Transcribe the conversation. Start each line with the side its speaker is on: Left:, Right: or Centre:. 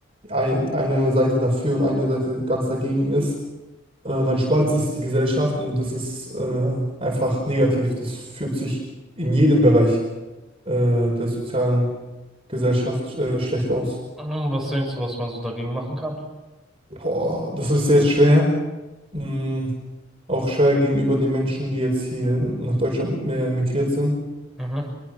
Right: ei- eine Seite dafür und eine Seite ganz dagegen ist, äh, dann spaltet es die Gesellschaft und das ist äh, einfach negativ. Das fühlt sich in jedem Bereich äh, der sozialen Gesellschaft äh, schlecht aus.
Centre: Hm, Was denkst du, was man so dagegen machen kann?
Right: Boah, das ist jetzt schwer. Mm, auch schwer gegenüber den Menschen, die jetzt hier nach Deutschland äh, migriert sind.
Centre: Mhm.